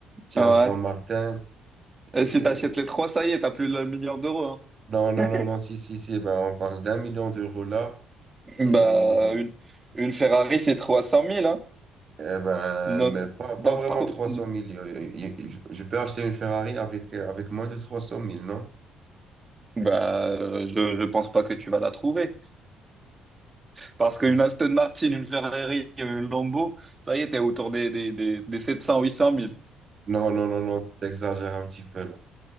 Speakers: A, on the right; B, on the right.
A: petite
B: ah
A: Aston Martin.
B: ouais.
A: Et...
B: Et si t'achètes les trois, ça y est, t'as plus le million d'euros, hein.
A: Non, non,
B: <laughs>
A: non, non, si, si, si, ben, on parle d'un million d'euros là. Et
B: Bah, une, une Ferrari, c'est 300 000, hein.
A: eh ben,
B: Donc,
A: mais pas, pas
B: donc
A: vraiment
B: Ah, trop-
A: 300 000. Euh, il- il- Je, je peux acheter une Ferrari avec, euh, avec moins de trois cent mille non?
B: bah, euh, je ne pense pas que tu vas la trouver. Parce
A: Si,
B: qu'une
A: si,
B: Aston Martin, une Ferrari, une Lambo, ça y est, t'es autour des, des, des, des sept cents, huit cent mille
A: Non, non, non, non, t'exagères un petit peu là.